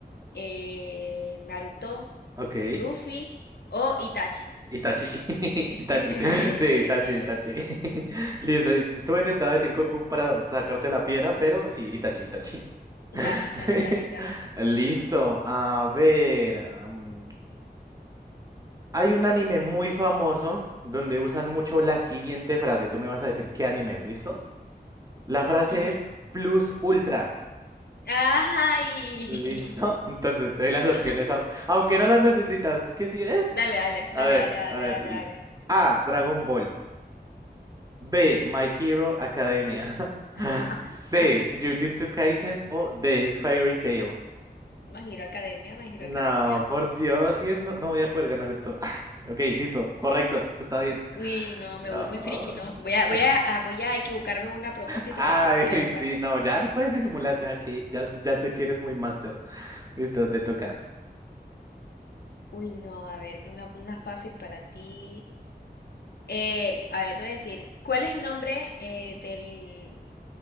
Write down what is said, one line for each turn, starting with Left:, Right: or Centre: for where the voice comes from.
Left: eh, Naruto,
Right: ok.
Left: Luffy o Itachi.
Right: Itachi, <laughs> Itachi,
Left: Ujú, Bien,
Right: sí,
Left: bien,
Right: Itachi,
Left: bien, bien.
Right: Itachi. <laughs> Listo, estuve tentado a decir Goku para sacarte la piedra, pero sí, Itachi, Itachi.
Left: Itachi,
Right: <laughs>
Left: Itachi, está bien, está bien.
Right: Listo, a ver. am, hay un anime muy famoso donde usan mucho la siguiente frase. Tú me vas a decir qué anime es, ¿listo? La frase
Left: Ujú.
Right: es Plus Ultra.
Left: ¡Ay!
Right: ¿Listo? <laughs> Entonces te doy las opciones,
Left: <laughs>
Right: aun- aunque no las necesitas. ¿Qué sí es?
Left: Dale, dale,
Right: A
Left: dale,
Right: ver,
Left: dale, dale,
Right: a ver.
Left: dale,
Right: l-
Left: dale.
Right: A, Dragon Ball. B. My Hero Academia. <laughs>
Left: <laughs>
Right: C. Jujutsu Kaisen o D. Fairy Tail.
Left: My Hero Academia, My Hero
Right: No,
Left: Academia.
Right: por Dios, si es, no, no voy a poder ganar esto. <laughs> Ok, listo, correcto, está bien.
Left: Uy, no,
Right: No.
Left: me voy muy friki, ¿no? Voy a,
Right: <laughs>
Left: voy a, ah, voy a equivocarme en una a propósito
Right: Ay,
Left: porque no quiero aparecer
Right: sí, no,
Left: tan.
Right: ya no puedes disimular, ya que ya, s- ya sé que eres muy máster. Listo, te toca.
Left: Uy, no, a ver, una, una fácil para ti. Eh, a ver, te voy a decir, ¿cuál es el nombre eh, del